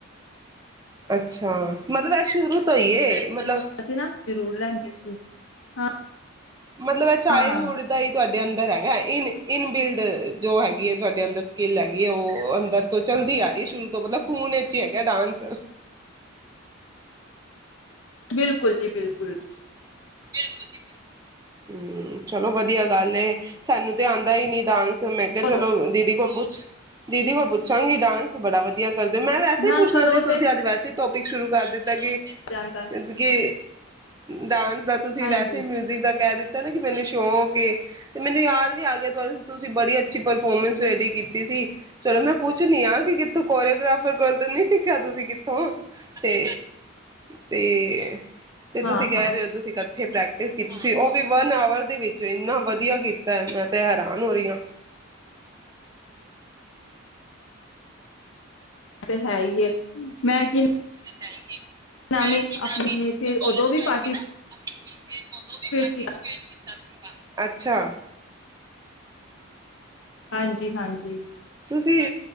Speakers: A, on the right; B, on the left.
A: ਅੱਛਾ, ਮਤਲਬ ਇਹ ਸ਼ੁਰੂ ਤੋਂ ਈ ਏ। ਏ ਮ ਮਤਲਬ
B: ਅਸੀਂ ਨਾ ਜ਼ਰੂਰ ਲੈਂਦੇ ਸੀ, ਹਾਂ।
A: ਮਤਲਬ ਇਹ ਚਾਈਲਡਹੁੱਡ
B: ਹਾਂ
A: ਦਾ ਈ ਤੁਹਾਡੇ ਅੰਦਰ ਹੈਗਾ ਇਨ ਇਨ ਬਿਲਡ ਜੋ ਹੈਗੀ ਏ ਤੁਹਾਡੇ ਅੰਦਰ ਸਕਿੱਲ ਹੈਗੀ ਏ ਉਹ ਅੰਦਰ ਤੋਂ ਚੱਲਦੀ ਆ ਰਈ ਏ ਸ਼ੁਰੂ ਤੋਂ ਮਤਲਬ ਖੂਨ ਇੱਚ ਈ ਹੈਗੀ ਕਯਾ ਡਾਂਸ ਅ
B: ਬਿਲ ਕੁਲ ਜੀ ਬਿਲਕੁਲ।
A: ਬਿਲਕੁਲ ਜੀ ਬਿਲਕੁਲ। ਹੂੰ, ਚਲੋ ਵਧੀਆ ਗੱਲ ਏ ਸਾਨੂੰ ਤੇ ਆਂਦਾ ਈ ਨੀ ਡਾਂਸ। ਤੇ ਮੈਂ ਕਿਹਾ
B: ਕਰੋ
A: ਚਲੋ ਦੀਦੀ ਕੋਲ ਪੁ ਦੀਦੀ ਕੋਲ ਪੁੱਛਾਂਗੀ ਡਾਂਸ ਬੜਾ ਵਧੀਆ ਕਰਦੇ, ਮੈਂ ਵੈਸੇ
B: ਨਾ
A: ਈ ਪੁੱਛਣਾ
B: ਕਰੋ
A: ਸੀ
B: ਤੇ
A: ਤੁਸੀ ਅੱਜ ਵੈਸੇ ਈ ਟੋਪਿਕ ਸ਼ੁਰੂ ਕਰ ਦਿੱਤ ਦਾ ਕਿ,
B: ਜਾਂਦਾ
A: ਤਿਦ ਕਿ ਡਾਂਸ ਦਾ ਤੁਸੀਂ
B: ਹਾਂਜੀ
A: ਵੈਸੇ ਹੀ ਮਿਊਜ਼ਿਕ ਦਾ ਕਹਿ ਦਿੱਤਾ ਨੀ ਕਿ ਮੈਨੂੰ ਸ਼ੌਕ ਏ ਤੇ ਮੈਨੂੰ ਯਾਦ ਵੀ ਆ ਗਿਆ ਤੁਸੀਂ ਬੜੀ ਅੱਛੀ ਪਰਫੋਰਮੈਂਸ ਰੈਡੀ ਕੀਤੀ ਸੀ। ਚਲੋ ਮੈਂ ਪੁੱਛਣੀ ਆ ਕਿ ਤੂੰ ਕੋਰੀਓਗ੍ਰਾਫਰ ਕੋਲ ਤਾਂ ਨ ਨਹੀਂ ਸਿੱਖਿਆ ਤੁਸੀਂ ਕਿ ਹੂੰ ਤੇ ਤੇ ਤੇ
B: ਹਾਂ
A: ਤੁਸੀਂ ਕਹਿ
B: ਹਾਂ
A: ਰਹੇ ਹੋ ਤੁਸੀਂ ਇੱਥੇ ਪ੍ਰੈਕਟਿਸ ਕੀਤੀ ਸੀ। ਉਹ ਵੀ ਵਨ ਆਵਰ ਦੇ ਵਿੱਚ ਇੰਨਾ ਵਧੀਆ ਕੀਤਾ ਮੈਂ ਤੇ ਹੈਰਾਨ ਹੋ ਰਹੀ ਹਾਂ।
B: ਇਹ ਤਾ ਹੈ ਈ ਏ, ਮੈਂ ਕੀ
A: ਨਹੀਂ ਨਹੀ
B: ਨਾਮੀ
A: ਮੈ ਕੀ
B: ਆਪਣੀ
A: ਨਾਮ ਹੈ,
B: ਫਿਰ
A: ਕਾਲਜ
B: ਉਦੋਂ
A: ਟਾਈਮ
B: ਪਾਰਟੀਸਪੇਟ
A: ਵੀ ਨਾ, ਉਦੋਂ ਵੀ ਪਾਰਟੀਸਪੇਟ
B: ਕੀਤਾ
A: ਕੀਤਾ ਸੀਗਾ, ਅੱਛਾ।
B: ਹਾਂਜੀ, ਹਾਂਜੀ
A: ਤੁਸੀਂ